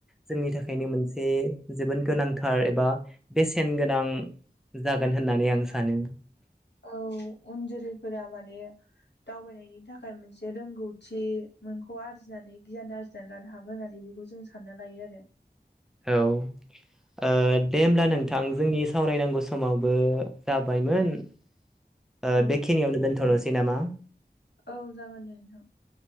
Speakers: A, in the centre; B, on the left.
A: जोंनि थाखायनो मोनसे जोबोद गोनांथार एबा बेसेन गोनां जागोन होननानै आं सानो।
B: औ उन जोलैफोरा माने दावबायनायनि थाखाय मोनसे रोंगौथि मोनखौ आरजिनानै गियान आरजिनानै लानो हागोन होननानै बेखौ जों सानना लायो आरो।
A: औ ओ दे होमब्ला नोंथां जोंनि सावरायनांगौ समा बो जाबायमोन ओ
B: औ
A: बेखिनियावनो दोनथ'नोसै नामा?
B: औ जागोन दे नोंथां